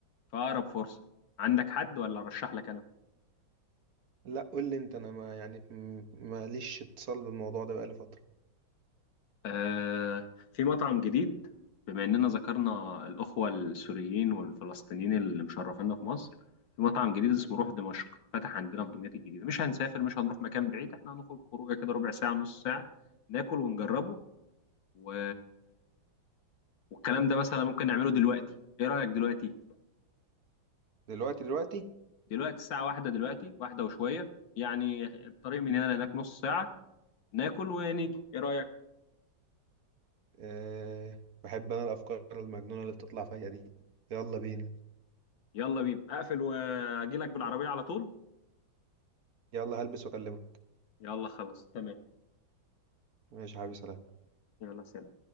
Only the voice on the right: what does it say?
لا قول لي انت انا ما يعني م- ماليش اتصال بالموضوع ده بقالي فتره
دلوقتي دلوقتي
أه بحب انا الافكار المجنونه اللي بتطلع فيا دي يلا بينا
ي-
يلا هلبس واكلمك
ماشي يا حبيبي سلام